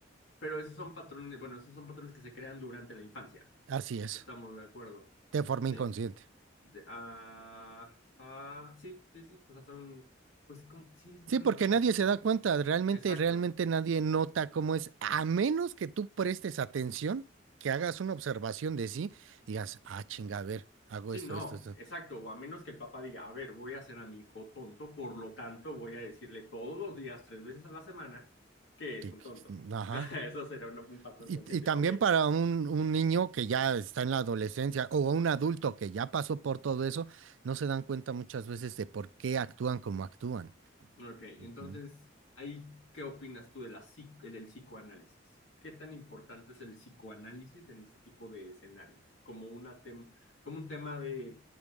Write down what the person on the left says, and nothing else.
Pero esos son patrones, bueno, esos son patrones que se crean durante la infancia.
Estamos de acuerdo.
Sí.
De- ah, ah, sí, sí, sí. O sea, son, pues, como- sí, sí, son
inconscientes.
son-
Exacto.
Sí,
no,
exacto. O a menos que el papá diga, a ver, voy a hacer a mi hijo tonto, por lo tanto, voy a decirle todos los días, tres veces a la semana, que es
un
tonto.
<laughs> Eso será un, un patrón
consciente.
Ok,
Ok, entonces,
ahí, ¿qué opinas tú de la, psi- del psicoanálisis? ¿Qué tan importante es el psicoanálisis en este tipo de escenarios? Como, una tem- como un tema de